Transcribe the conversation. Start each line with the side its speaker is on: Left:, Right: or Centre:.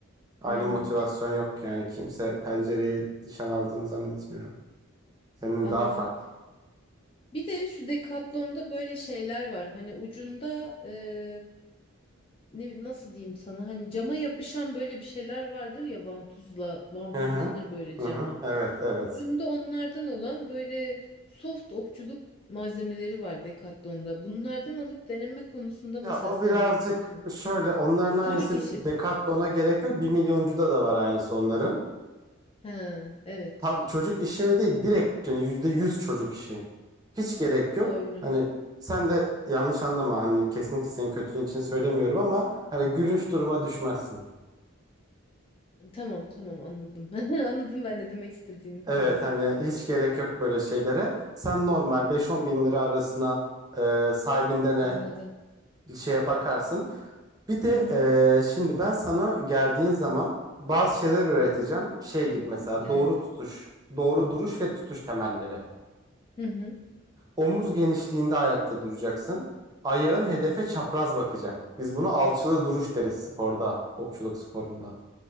Right: Aynı
Left: Hmm,
Right: motivasyon yok yani. Kimse pencereye nişan aldığını zannetmiyorum. Senin
Left: anladım.
Right: daha farklı.
Left: Bir de şu Decathlon'da böyle şeyler var. Hani ucunda e, ne nasıl diyeyim sana hani cama yapışan böyle bir şeyler vardır ya vantuzla vantuzlanır
Right: Hı hı.
Left: böyle cama.
Right: Hı hı. Evet, evet.
Left: Ucunda onlardan olan böyle soft okçuluk malzemeleri var Decathlon'da. Bunlardan alıp deneme konusunda mesela
Right: Ya o
Left: sen
Right: birazcık
Left: ne diyorsun?
Right: şöyle onların
Left: E,
Right: aynısı
Left: Çocuk işi
Right: Decathlon'a
Left: mi?
Right: gerek yok. Bir milyoncuda da var aynısı onların.
Left: Ha evet.
Right: Tam çocuk işi mi değil direkt yani yüzde yüz çocuk işi. Hiç gerek
Left: Doğru.
Right: yok. Hani sen de yanlış anlama hani kesinlikle senin kötülüğün için söylemiyorum ama hani gülünç duruma düşmezsin.
Left: Tamam tamam anladım. <laughs> Anladım ben ne demek istediğini. Tamam.
Right: Evet hani hiç gerek yok böyle şeylere. Sen normal beş on bin lira arasına e, sahibinden ne
Left: Anladım.
Right: bir şeye bakarsın. Bir de
Left: Hı hı.
Right: e, şimdi ben sana geldiğin zaman bazı şeyler öğreteceğim. Şey gibi mesela
Left: Evet.
Right: doğru tutuş, doğru duruş ve tutuş temelleri.
Left: Hı hı.
Right: Omuz genişliğinde ayakta duracaksın. Ayağın hedefe çapraz bakacak. Biz buna alçılı duruş deriz sporda, okçuluk sporunda.